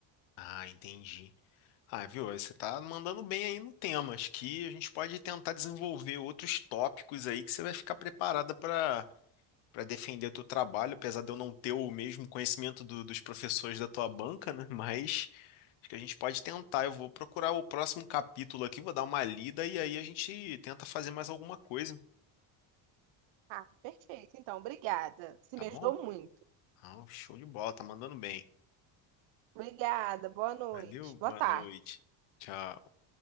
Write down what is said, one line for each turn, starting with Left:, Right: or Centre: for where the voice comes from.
Left: Ah, entendi. Ah, viu? Você tá mandando bem aí no tema. Acho que a gente pode tentar desenvolver outros tópicos aí que você vai ficar preparada para para defender o teu trabalho, apesar de eu não ter o mesmo conhecimento do- dos professores da tua banca, né? Mas acho que a gente pode tentar. Eu vou procurar o próximo capítulo aqui, vou dar uma lida e aí a gente tenta fazer mais alguma coisa,
Right: Ah, perfeito. Então, obrigada. Você
Left: tá
Right: me
Left: bom?
Right: ajudou muito.
Left: Ah, show de bola, tá mandando bem.
Right: Obrigada. Boa noite.
Left: Valeu,
Right: Boa
Left: boa
Right: tarde.
Left: noite. Tchau.